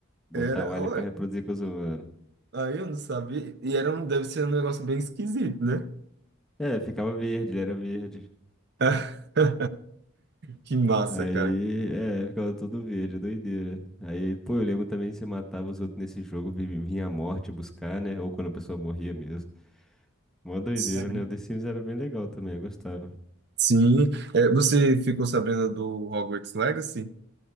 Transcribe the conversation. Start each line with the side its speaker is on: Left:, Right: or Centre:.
Centre: Botar
Right: Era,
Centre: o alien
Right: olha,
Centre: pra reproduzir com os humanos.
Right: aí eu não sabia, e era um, deve ser um negócio bem esquisito, né?
Centre: É, ficava verde, ele era verde.
Right: <laughs> Que massa,
Centre: Aí,
Right: cara.
Centre: é, ficava todo verde, doideira. Aí, pô, eu lembro também que você matava os outros nesse jogo, vi- vinha a morte buscar, né? Ou quando a pessoa morria mesmo. Mó doideira,
Right: Sim.
Centre: né? O The Sims era bem legal também, eu gostava.
Right: Sim. É, você ficou sabendo do Hogwarts Legacy?